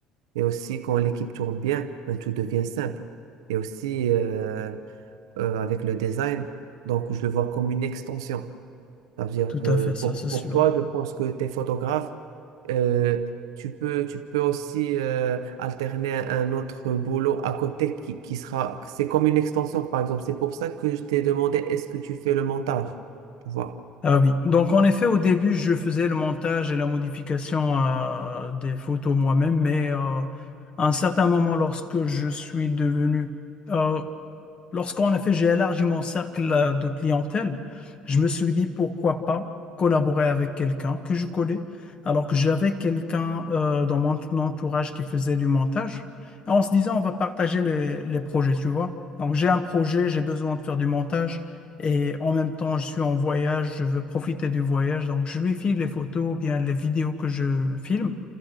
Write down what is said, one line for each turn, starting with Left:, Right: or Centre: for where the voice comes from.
Right: Et aussi, quand l'équipe tourne bien, ben, tout devient simple. Et aussi, euh, euh, avec le design. Donc, je le vois comme une extension. Ça veut dire
Left: Tout
Right: que
Left: à fait,
Right: pour,
Left: ça, c'est
Right: pour
Left: sûr.
Right: toi, je pense que tes photographes, euh, tu peux, tu peux aussi euh, alterner un autre boulot à côté qui, qui sera, c'est comme une extension, par exemple. C'est pour ça que je t'ai demandé, est-ce que tu fais le montage? Tu vois.
Left: Ah oui. Donc, en effet, au début, je faisais le montage et la modification euh, des photos moi-même, mais euh, à un certain moment, lorsque je suis devenu... euh, Lorsqu'on a fait, j'ai élargi mon cercle euh, de clientèle. Je me suis dit pourquoi pas collaborer avec quelqu'un que je connais, alors que j'avais quelqu'un euh, dans mon entourage qui faisait du montage. Et on se disait, on va partager les, les projets, tu vois. Donc j'ai un projet, j'ai besoin de faire du montage et en même temps, je suis en voyage, je veux profiter du voyage. Donc je lui file les photos ou bien les vidéos que je filme